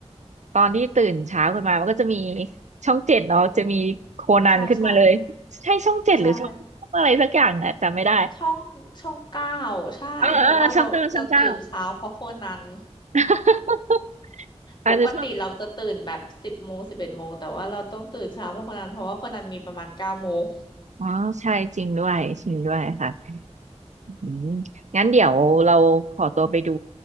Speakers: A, on the right; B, on the left.
A: ตอนที่ตื่นเช้าขึ้นมามันก็จะมีช่องเจ็ดเนาะจะมีโคนันขึ้นมาเลย
B: ใช่ใช่
A: ใช่ช่องเจ็ดหรือช่องช่องอะไรสักอย่างอะจำไม่ได้
B: ใช่ช่องช่องเก้าใช่เพราะว่าเราเราตื่นเช้าเพราะโคนัน
A: เออเออช่องเก้าช่องเก้า <laughs> อาจจะช่อง
B: ปกติเราจะตื่นแบบสิบโมงสิบเอ็ดโมงแต่ว่าเราต้องตื่นเช้าเพราะโคนันเพราะว่าโคนันมีประมาณเก้าโมง
A: อ๋อใช่จริงด้วยจริงด้วยค่ะอืมงั้นเดี๋ยวเราขอตัวไปดู